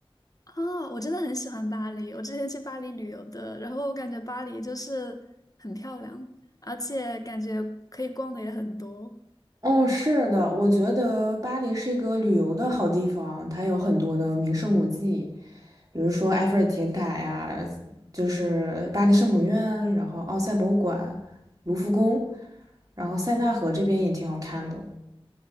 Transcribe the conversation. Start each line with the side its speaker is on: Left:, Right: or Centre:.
Left: 啊，我真的很喜欢巴黎，我之前去巴黎旅游的，然后我感觉巴黎就是很漂亮，而且感觉可以逛的也很多。
Right: 哦，是的，我觉得巴黎是一个旅游的好地方，它有很多的名胜古迹，比如说埃菲尔铁塔呀，就是巴黎圣母院，然后奥赛博物馆、卢浮宫，然后塞纳河这边也挺好看的。